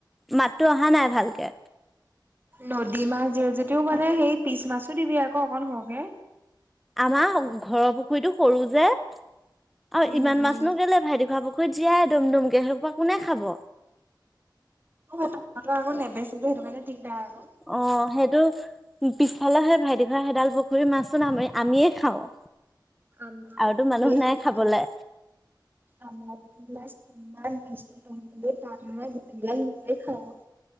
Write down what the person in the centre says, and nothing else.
মাততো অহা নাই ভালকে।
আমাৰ ঘৰৰ পুখুৰীটো সৰু যে আৰু
ইমান
মাছনো কেইলে ভাইটীখুৰা পুখুৰী <unintelligible> জীয়াই দম দম কে সেই সোপা কোনে খাব।
অ সেইটো পিছফালে সেই ভাইটি খুৰা সেইডাল পুখুৰীৰ মাছতো আমিয়ে খাওঁ।
আৰুতো
মানুহ
নাই খাবলে